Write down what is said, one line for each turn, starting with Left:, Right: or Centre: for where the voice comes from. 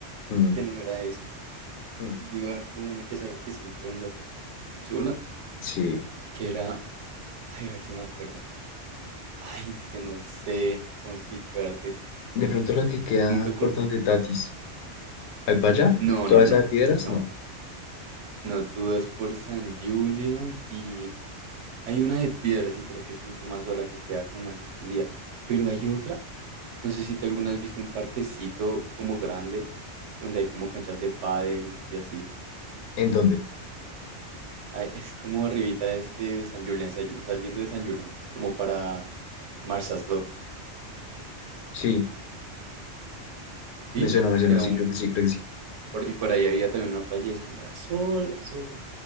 Left: Hmm,
Right: que no era esa.
Left: hmm.
Right: Yo iba harto a una que sabía que siempre anda so- sola,
Left: Sí.
Right: que era Ay, a ver si me acuerdo. Ay, es que no sé cómo explicarte.
Left: De pronto la que queda
Right: Nunca con...
Left: por donde Tatis. ahí para allá?
Right: No,
Left: ¿Toda
Right: no,
Left: esa
Right: no,
Left: de piedras?
Right: no.
Left: No.
Right: No, tú vas por San Julian's y... Hay una de piedra, sí, pero que es mucho más sola, que queda como más escondida. Pero hay otra. No sé si tú alguna vez viste un parquecito como grande, donde hay como canchas de pádel y así.
Left: ¿En dónde?
Right: Ay, es como arribita es de San Julián, saliendo de San Julián, como para Marshal's Lock,
Left: Sí,
Right: ¿sí?
Left: me suena, me suena.
Right: Que era
Left: Sí,
Right: un
Left: creo que sí, creo que sí.
Right: Por, y por ahí había también una playa y eso era solo, solo.